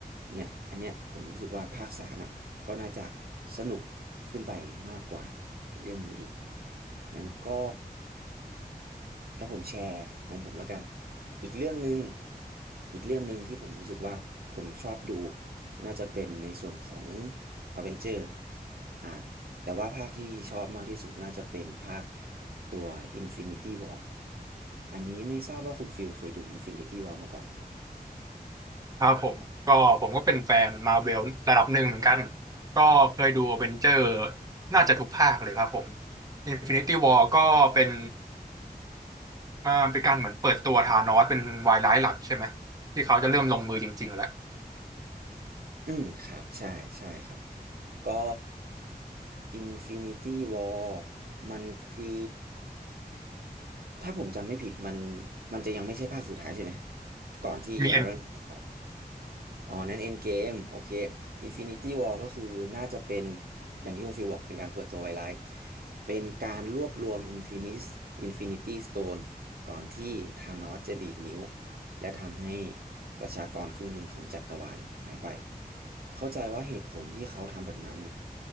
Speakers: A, on the right; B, on the right.
A: เนี่ยอันเนี้ยผมรู้สึกว่าภาคสามอ่ะก็น่าจะสนุกขึ้นไปมากกว่าเรื่องนี้อีกงั้นก็แล้วผมแชร์ของผมแล้วกัน อีกเรื่องหนึ่งอีกเรื่องหนึ่งที่ผมรู้สึกว่าผมชอบดูน่าจะเป็นในส่วนของอเวนเจอร์อ่าแต่ว่าภาคที่ชอบมากที่สุดน่าจะเป็นภาคตัว Infinity War อันนี้ไม่ทราบว่าคุณฟิลเคยดู Infinity War มาก่อนไหมครับ
B: ครับผมก็ผมก็เป็นแฟนมาเวลระดับหนึ่งเหมือนกันก็เคยดูอเวนเจอร์น่าจะทุกภาคเลยครับผม Infinity War ก็เป็น อ่ามันเป็นการเหมือนเปิดตัวธานอสเป็นวายร้ายหลักใช่ไหมที่เขาจะเริ่มลงมือจริงๆแล้ว
A: อืมครับใช่ใช่ครับก็ Infinity War มันคือถ้าผมจำไม่ผิดมันมันจะยังไม่ใช่ภาคสุดท้ายใช่ไหมก่อนที่
B: มีเอ็น
A: Iron Man จะตาย อ๋อนั่นเอ็นเกมโอเคอินฟินิตี้วอลก็คือน่าจะเป็นอย่างที่คุณฟิวบอกในการเปิดตัวไวไลท์เป็นการรวบรวมอินฟินิสอินฟินิตี้สโตนก่อนที่ธานอสจะดีดนิ้วและทำให้ประชากรครึ่งหนึ่งของจักรวาลหายไป เข้าใจว่าเหตุผลที่เขาทำแบบนั้น